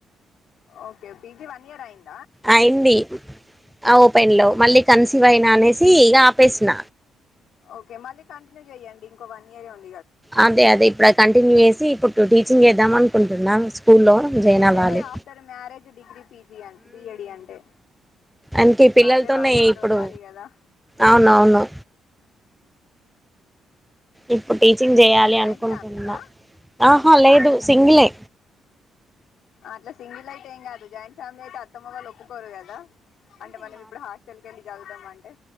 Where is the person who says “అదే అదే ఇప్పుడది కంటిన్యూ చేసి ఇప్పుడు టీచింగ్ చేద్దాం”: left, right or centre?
Centre